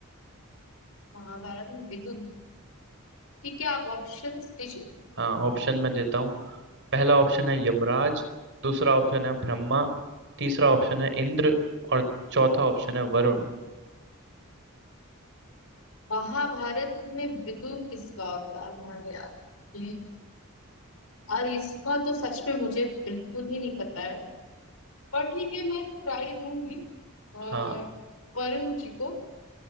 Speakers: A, on the left (about 75°); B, on the right (about 60°).
A: महाभारत में विदुर ठीक है आप ऑप्शंस दीजिए
B: हाँ ऑप्शन मैं देता हूँ पहला ऑप्शन है यमराज दूसरा ऑप्शन है ब्रह्मा तीसरा ऑप्शन है इंद्र और चौथा ऑप्शन है वरुण
A: महाभारत में विदुर किसका अवतार है यार ये- और इसका तो सच में मुझे बिल्कुल ही नहीं पता है पर ठीक है मैं ट्राई दूंगी अह,
B: हाँ
A: वरुण जी को